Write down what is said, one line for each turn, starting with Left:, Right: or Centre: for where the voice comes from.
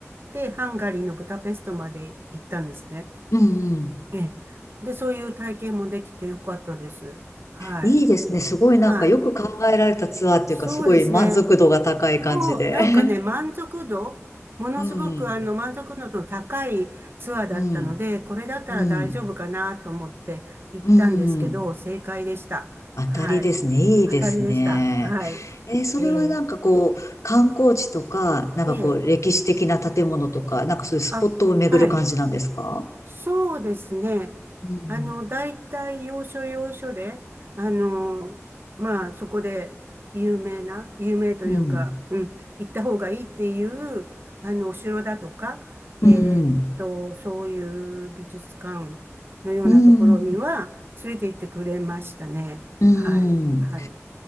Right: てハンガリーのブダペストまで行ったんですね。
Left: うんうん。
Right: ええで、そういう体験もできてよかったです。はい。
Left: いいですね。すごいなんかよく考えられたツアーっていうか、
Right: はい。そうですね。
Left: すごい満足度が高い感じで。
Right: そう、なんかね、
Left: <laughs>
Right: 満足度、ものすごくあの満足度の高いツアーだったので、
Left: うん。うん。
Right: これだったら大丈夫かなと思って行ったんですけど、
Left: うん。うん。
Right: 正解でした。
Left: 当たりですね。
Right: はい。
Left: いいですね。
Right: 当たりでした。はい。
Left: えーそれはなんかこう、
Right: えー、
Left: 観光地とか、なんかこう、
Right: えー、
Left: 歴史的な建物とか、なんかそういうスポットを巡る感じなんですか
Right: あ、はい。そうですね。
Left: うん。
Right: あの、大体要所要所で、あの、まあ、そこで有名な、有名というか、
Left: うん。
Right: うん、行った方がいいっていう、あの、お城だとか、えーっと、
Left: うん。
Right: そういう美術館のようなところには連れて行ってくれましたね。
Left: うん。うん。うん。
Right: はい、はい。